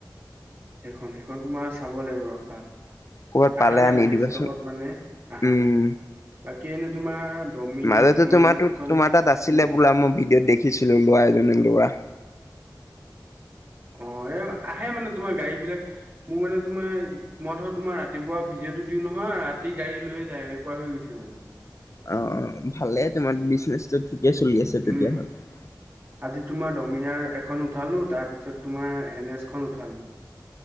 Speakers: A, on the right (about 35°); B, on the left (about 45°).
A: সেইখন সেইখন তোমাৰ চাব লাগিব ৰখা
B: ক'ৰবাত
A: অহা
B: পালে
A: নাই
B: আনি
A: মানে
B: দিবাচোন
A: ষ্টকত মানে অহা
B: উম
A: নাই বাকী এনে তোমাৰ দমিনা
B: মাজতে
A: ফৰ
B: তোমাৰো
A: হাড্ৰেডখন
B: তোমাৰ
A: আছে
B: তাত আছিলে
A: উম
B: বোলা মই ভিডিঅ'ত দেখিছিলো লোৱা এজনে লোৱা
A: অ এই আহে মানে তোমাৰ গাড়ী বিলাক মোৰ মানে তোমাৰ মই ধৰ তোমাৰ ৰাতিপুৱা ভিডিঅ'টো দিও নহয় ৰাতি গাড়ী লৈয়ে যায় এনেকোৱা হৈ গৈছে মানে
B: অ অ ভালে তোমাৰ বিজনেছটো ঠিকে চলি আছে তেতিয়াহ'লে
A: উম আজি তোমাৰ দমিনাৰ এখন উঠালো তাৰ পিছত তোমাৰ এন এছখন উঠালো